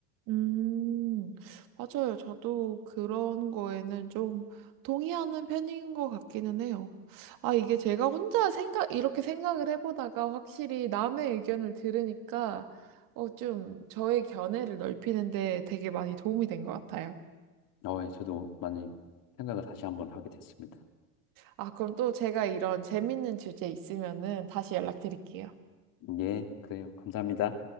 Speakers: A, on the right; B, on the left.
A: 음, 맞아요. 저도 그런 거에는 좀 동의하는 편인 것 같기는 해요. 아, 이게 제가 혼자 생각, 이렇게 생각을 해보다가 확실히 남의 의견을 들으니까 어, 좀 저의 견해를 넓히는데 되게 많이 도움이 된 것 같아요.
B: 어, 예, 저도 많이 생각을 다시 한번 하게 됐습니다.
A: 아, 그럼 또 제가 이런 재밌는 주제 있으면은 다시 연락드릴게요.
B: 예, 그래요. 감사합니다.